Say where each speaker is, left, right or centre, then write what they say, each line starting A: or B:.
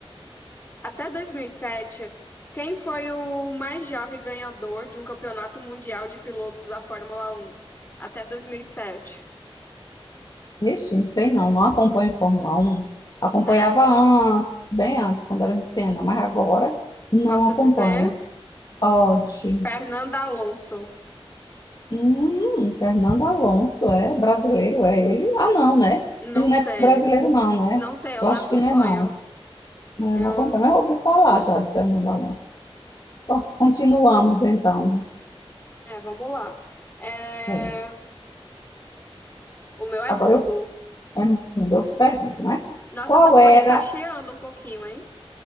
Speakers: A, on the left (about 20°); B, on the left (about 45°).
A: Até 2007, quem foi o mais jovem ganhador de um campeonato mundial de pilotos da Fórmula Um? Até 2007.
B: Ixi, não sei não, não acompanho Fórmula Um Acompanhava
A: É,
B: antes, bem antes, quando era de cena, mas agora não
A: posso
B: acompanho.
A: dizer,
B: Odd.
A: Fernando Alonso.
B: Hum, Fernando Alonso é brasileiro, é ele? Ah, não, né?
A: Não
B: Ele não
A: sei.
B: é brasileiro, não, né?
A: Não sei, eu
B: Eu
A: não
B: acho
A: acompanho.
B: que não é, não. Eu
A: Eu,
B: não acompanho, mas eu ouvi falar já de Fernando Alonso. Bom, continuamos então.
A: é, vamos lá. É,
B: É.
A: o meu é
B: Agora
A: mundo.
B: eu É mundo, eu pergunto, né?
A: Nossa,
B: Qual
A: seu fone
B: era?
A: tá cheando um pouquinho, hein?